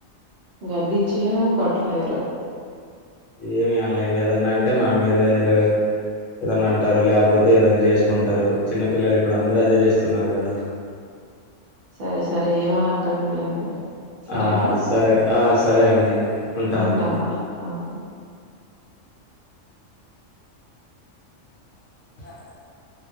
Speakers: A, on the right; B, on the left.
A: గద్దించలేము కొట్టలేరు
B: ఏమి అనలేము ఏదన్నా అంటే మన మీద ఏదో ఏదన్నా అంటారు లేకపోతే ఏదన్న చేసుకుంటారు చిన్న పిల్లలు ఇప్పుడు అందరు అదే చేస్తున్నారు కదా
A: సరే సరే ఏమనకండి లేండి సరేనా
B: ఆ సరే ఆ సరే అండి ఉంటానండి
A: ఉంటాను మరి ఓకే
B: <unintelligible>